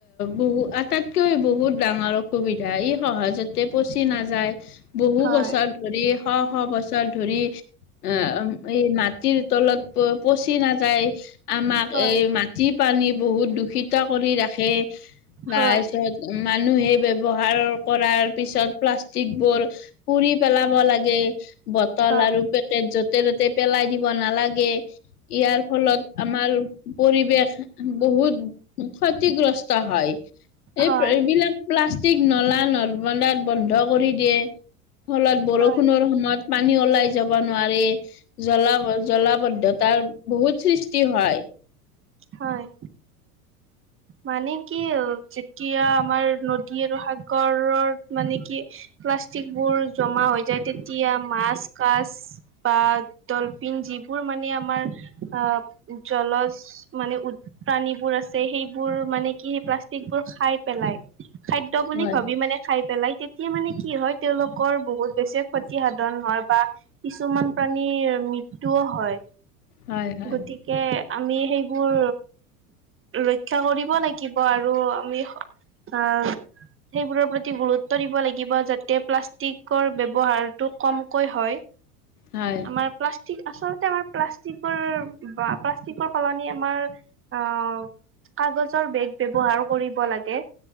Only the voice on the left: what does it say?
বহু আটাইতকৈ বহুত ডাঙৰ অসুবিধা ই সহজতে পচি নাযায় বহু
বছৰ ধৰি স শ বছৰ ধৰি আহ এই মাটিৰ তলত গৈ পচি নাযায় আমাক
এই মান যি পানী বহুত দূষিত কৰি ৰাখে তাৰ
পিছত মানুহে ব্যৱহাৰ কৰাৰ পিছত প্লাষ্টিক বোৰ পুৰি পেলাব লাগে। বটল
আৰু পেকেট যত ততে ততে পেলাই দিব নালাগে ইয়াৰ ফলত আমাৰ পৰিৱেশ বহুত ক্ষতিগ্ৰস্ত হয়।
এই এইবিলাক প্লাষ্টিক নলা ন বন্ধ কৰি দিয়ে। ফলত বৰষুণৰ
সময়ত পানী ওলাই যায়। যাব নোৱাৰি। জ্বলাব জলাবদ্ধতাৰ বহুত সৃষ্টি হয়।
হয়
হয় হয়
হয়